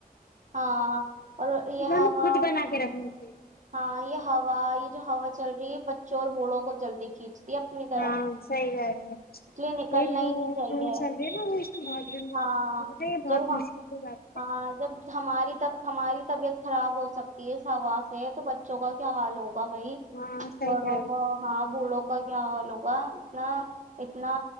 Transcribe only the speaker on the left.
ہمیں
خود بنا کے رکھنی چاہیے
ہاں سی گال ہے
یہ ل
ل چل رہی نا وہ اس میں بہت گندی
لگ یہ بہت
مشکل سے جاتی ہے
ہاں صحیح
کہہ رہی ہو